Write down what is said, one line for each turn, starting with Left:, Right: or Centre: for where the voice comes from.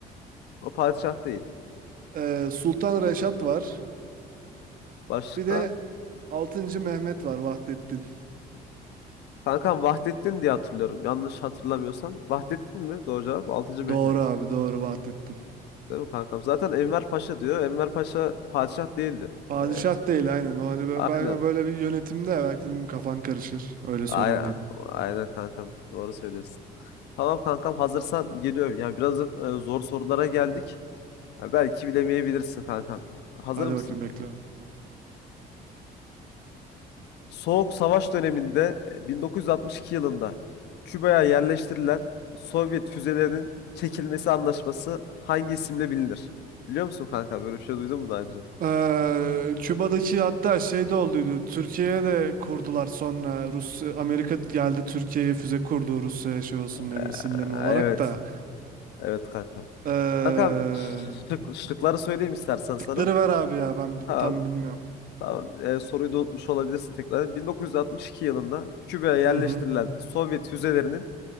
Left: O padişah değil.
Right: Ee, Sultan Reşat var.
Left: Başka?
Right: Bir de altıncı Mehmet var Vahdettin.
Left: Kankam Vahdettin diye hatırlıyorum. Yanlış hatırlamıyorsam. Vahdettin mi? Doğru cevap. Altıncı Mehmet.
Right: Doğru abi doğru Vahdettin.
Left: Değil mi kankam? Zaten Enver Paşa diyor. Enver Paşa padişah değildi.
Right: Padişah
Left: Ee,
Right: değil aynen. O hani ben,
Left: aynen.
Right: ben böyle bir yönetimde belki dedim kafan karışır. Öyle sorayım
Left: Aynen.
Right: dedim.
Left: Aynen kankam. Doğru söylüyorsun. Tamam kankam hazırsan geliyorum. Yani biraz da, e, zor sorulara geldik. Ya belki bilemeyebilirsin kankam. Hazır
Right: Hadi
Left: mısın?
Right: bakayım bekliyorum. Sor.
Left: Soğuk Savaş döneminde e, 1962 yılında Küba'ya yerleştirilen Sovyet füzelerinin çekilmesi anlaşması hangi isimle bilinir? Biliyor musun kanka? Böyle bir şey duydun mu daha önce?
Right: Ee, Küba'daki hatta şey de olduydu. Türkiye'ye de kurdular sonra. Rus Amerika geldi Türkiye'ye füze kurdu Rusya'ya şey olsun
Left: Ee,
Right: diye misilleme olarak
Left: evet.
Right: da.
Left: Evet kanka.
Right: Ee,
Left: Kankam şık, şıkları söyleyeyim istersen sana.
Right: şıkları ver abi ya ben bi-
Left: Tamam,
Right: tam bilmiyorum.
Left: tamam. Ee, soruyu da unutmuş olabilirsin tekrar. 1962 yılında Küba'ya yerleştirilen
Right: Hı hı.
Left: Sovyet füzelerinin